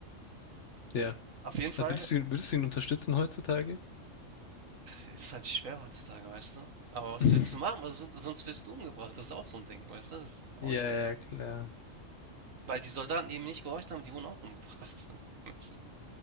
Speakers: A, on the left; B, on the right.
A: Ja.
B: Auf jeden Fall
A: Würdest du, würdest du ihn unterstützen heutzutage?
B: Ist halt schwer heutzutage, weißt du? Aber was
A: <laughs>
B: willst du machen? Was, sonst sonst wirst du umgebracht. Das ist auch so ein Ding, weißt du? Das ist auch
A: Ja,
B: nicht nice.
A: ja, klar.
B: Weil die Soldaten, die ihm nicht gehorcht haben, die wurden auch umgebracht. <laughs>